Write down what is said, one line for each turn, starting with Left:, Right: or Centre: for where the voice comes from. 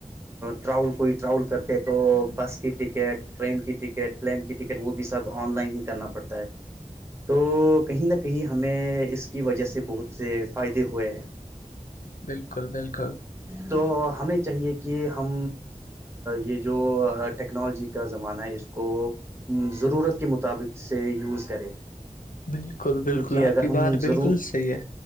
Right: ٹاول کوئی ٹراول کو کرتے تو بس کی ٹکٹ ٹرین کی ٹکٹ پلین کی ٹکٹ وہ بھی سب آن لائن ہی کرنا پڑتا ہے تو کہیں نہ کہیں ہمیں اس کی وجہ سے بہت سے فائدے ہوئے
Left: بالکل بالکل
Right: تو ہمیں چاہیے کہ ہم یہ جو ٹیکنالوجی کا زمانہ ہے اس کو ضرورت کے مطابق سے یوز کریں
Left: بالکل بالکل
Right: کیونکہ
Left: آپ
Right: اگر
Left: کی
Right: ہم
Left: بات
Right: ضرور
Left: بالکل صحیح ہے